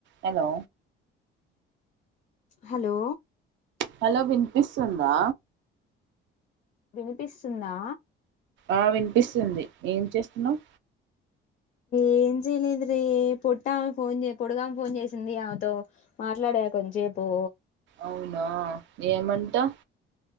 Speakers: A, on the right (about 65°); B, on the left (about 40°).
A: Hello
B: hello
A: hello వినిపిస్తుందా
B: వినిపిస్తుందా
A: ఆ వినిపిస్తుంది ఏం చేస్తున్నావ్
B: ఏం చేయలేదు రే పొట్టామె ఫోన్ చేయి పొడగామ ఫోన్ చేసింది ఆమెతో మాట్లాడే కొంచేపు
A: అవునా ఏమంటా